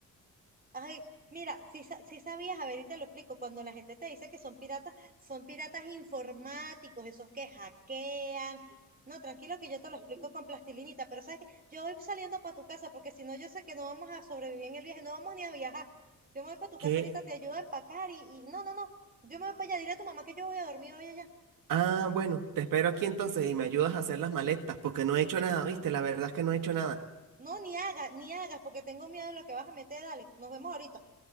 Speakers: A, on the right; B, on the right.
A: Ay, mira, si, si sabías, a ver, y te lo explico, cuando la gente te dice que son piratas, son piratas informáticos, esos que hackean. No, tranquilo que yo te lo explico con plastilinita, pero sabes que yo voy saliendo para tu casa porque si no yo sé que no vamos a sobrevivir en el viaje, no vamos ni a viajar. Yo me voy para tu
B: que,
A: casa ahorita, te ayudo a empacar y, y no, no, no, yo me voy para allá, dile a tu mamá que yo voy a dormir hoy allá.
B: ah, bueno, te espero aquí entonces y me ayudas a hacer las maletas, porque no he hecho nada, ¿viste? La verdad es que no he hecho nada.
A: No, ni hagas, ni hagas, porque tengo miedo de lo que vas a meter. Dale, nos vemos ahorita.